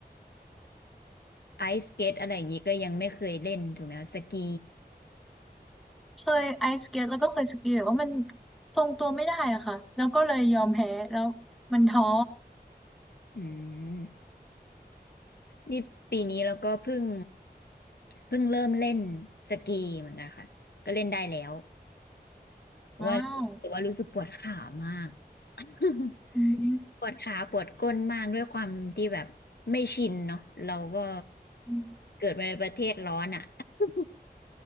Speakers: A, on the left; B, in the centre.
A: ไอสเกตอะไรอย่างนี้ก็ยังไม่เคยเล่นถูกไหมคะสกี
B: เคยไอสเก็ตแล้วก็เคยสกีแต่ว่ามันทรงตัวไม่ได้อะค่ะแล้วก็เลยยอมแพ้แล้วมันท้อ
A: อืมนี่ปีนี้เราก็เพิ่งเพิ่งเริ่มเล่นสกีเหมือนกันค่ะก็เล่นได้แล้ว
B: ว้าว
A: ว่าแต่ว่ารู้สึกปวดขามาก <laughs>
B: อืม
A: ปวดขาปวดก้นมากด้วยความที่แบบไม่ชินเนาะเราก็
B: อม
A: เกิดมาในประเทศร้อนอ่ะ <laughs>